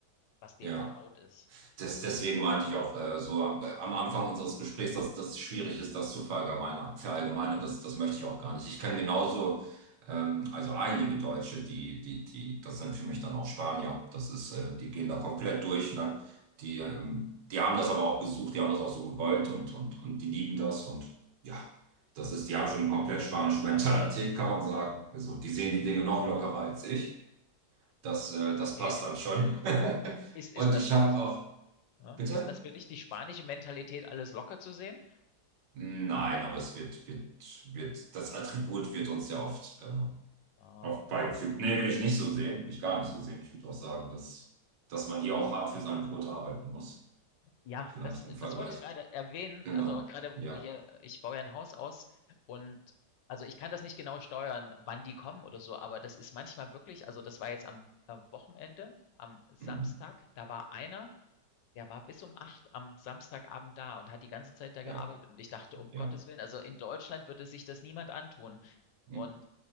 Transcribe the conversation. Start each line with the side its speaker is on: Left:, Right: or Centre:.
Left: was denen
Right: ja.
Left: vertraut ist.
Right: Das,
Left: Ja.
Right: deswegen meinte ich auch äh, so am, am Anfang unseres Gesprächs, dass das schwierig ist, das zu verallgemeinern. Verallgemeinern,
Left: Mhm,
Right: das, das
Left: mhm,
Right: möchte ich auch gar nicht. Ich kann genauso, ähm, also einige Deutsche, die, die, die, das sind für mich dann auch Spanier. Das ist, äh, die gehen da komplett durch, ne? Die,
Left: mhm.
Right: ähm, die haben das aber auch gesucht, die haben das auch so gewollt und, und, und die lieben das und ja, das ist, die haben schon eine komplett spanische Mentalität, kann man sagen. Also die sehen die Dinge noch lockerer als ich. Das, äh,
Left: Ah,
Right: das
Left: Okay,
Right: passt dann schon. <laughs>
Left: ist, ist
Right: Und
Left: das
Right: ich
Left: für
Right: habe
Left: dich
Right: auch,
Left: Ja,
Right: bitte?
Left: ist das für dich die spanische Mentalität, alles locker zu sehen?
Right: Nein, aber es wird, wird, wird, das Attribut wird uns ja oft äh,
Left: Aha.
Right: oft beigefügt. Nee, will ich nicht so sehen, will ich gar nicht so sehen. Ich würde auch sagen, dass, dass man hier auch hart für sein Brot arbeiten muss.
Left: Ja,
Right: Vielleicht
Left: das,
Right: im Vergleich.
Left: das wollte ich gerade erwähnen.
Right: Genau.
Left: Also gerade
Right: Ja.
Left: hier, ich baue ja ein Haus aus und also ich kann das nicht genau steuern, wann die kommen oder so, aber das ist manchmal wirklich, also das war jetzt am äh, Wochenende, am Samstag,
Right: Mhm.
Left: da war einer, der war bis um acht am Samstagabend da und hat die ganze Zeit da
Right: Ja.
Left: gearbeitet. Und ich dachte, um Gottes
Right: Ja.
Left: Willen, also in Deutschland würde sich das niemand antun.
Right: Mhm.
Left: Und